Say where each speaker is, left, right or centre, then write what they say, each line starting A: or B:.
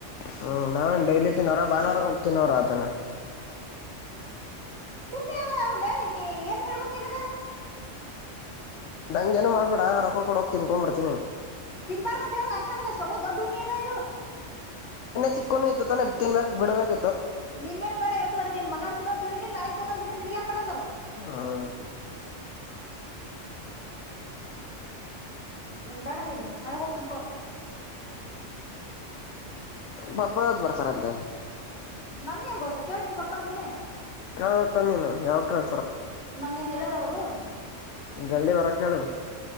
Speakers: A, on the left; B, on the left.
A: ಹ್ಮ್ ನಾವೇನ್ ಡೈಲಿ ತಿನ್ನವ್ರ ಭಾನುವಾರ ಹೊಗಿ ತಿನ್ನವ್ರ ಆತನ
B: ಪುಣ್ಯ ಅದ ಅವಲ್ಲ ಏನ್ ಹೇಳ್ಬಕ್ ನಿನಗ
A: ನನಗೆ ಏನು ಮಾಡಬೇಡ
B: ಅಷ್ಟು
A: ರೊಕ್ಕ ಕೊಡ ಹೋಗತೀನಿ ಫೋನ್ ಮಾಡ್ತೀನಿ
B: ತಿನ್ಬಾರ್ದು ಅಂತ ಹೇಳಿದ್ರೆ ಅರ್ಥಗದ ಶಬೋ ದೊಡ್ಡ ಹುಣ್ಣಿದ ಇದು
A: ಚಕ್ಕು ಇತ್ತುತೆ ತಿನ್ಬೇಕ ಬಿಡಬೇಕ
B: ನಿನ್ನೇನು ಬೇಡ ಇವತ್ತು ಮಾಡೇ ನೀನ್ ಮಂಗ್ಾರ ತಿನೋ ಅಂತ ಹೇಳಿ ನೀನ್ ನಾಳಗ್ ತಗೊಂದಿನ ನಿನ್ಗ ಯಾರ್ ಬೇಡ ಅಂದಾರ
A: ಹ್ಮ್
B: ಇನ್ ಬ್ಯಾಡಂದೀಿನಿ ಮಳಗ್ ಹೋಗ್ತೀನ್ ಕೋ
A: ಪಾಪ ಯಾವ್ದ ಬರ್ತಾರಂತೆ
B: ನನ್ಗೇನ್ ಗೊತ್ತು ಕೇಳಿ ನಿಮ್ ಪಪ್ಪಾಗ ನೀನೇ
A: ಹಾ ತನ್ನಿ ನ ಯಾವ್ರ
B: ನಂಗೇನ್ ಹೇಳಾರ ಅವರು
A: ಜಲ್ದಿ ವರಕಳು